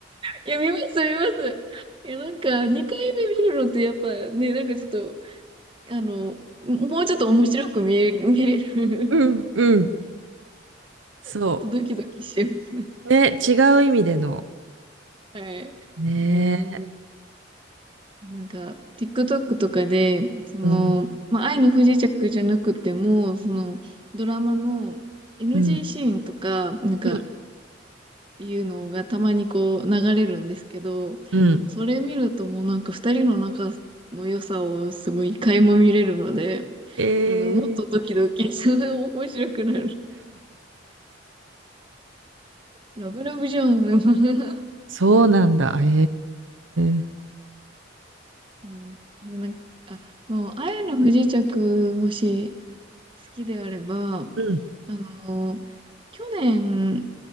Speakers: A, on the right (about 25°); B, on the right (about 85°).
A: いや、見ます、見ます。いや、なんか、2回目見るのってやっぱね、なんかちょっと、あの、もうちょっと面白く見える、見れる
B: うんうん。そ
A: もっとドキドキしちゃいますね。
B: う。ね、違う意味での。
A: <laughs> はい。
B: ね
A: うん。なんか、TikTok とかで、その、
B: うん。
A: まあ、愛の不時着じゃなくても、その、ドラマの NG
B: うん。
A: シーンとか、なんか、
B: うん。
A: っていうのがたまにこう流れるんですけど、
B: うん。
A: もうそれ見るともうなんか二人の仲の良さをすごい垣間見れるので、
B: え
A: なんかもっとドキドキ、
B: ー
A: すごい面白くなる。ラブラブじゃん。<laughs>
B: そうなんだ。へえ。
A: いや、で、なんか、あ、もう、愛の不時着、もし好きであれば、
B: うん、
A: あの、去年